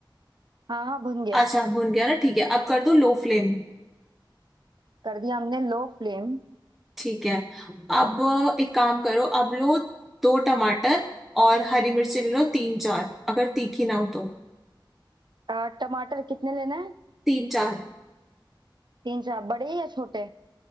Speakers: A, on the right; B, in the centre.
A: हाँ हाँ भुन गया
B: अच्छा भुन गया ना ठीक है अब कर दो लो फ्लेम
A: कर दिया हमने लो फ्लेम
B: ठीक है अब एक काम करो अब लो दो टमाटर और हरी मिर्ची ले लो तीन चार अगर तीखी ना हो तो
A: अ, टमाटर कितने लेना है
B: तीन चार
A: तीन चार बड़े या छोटे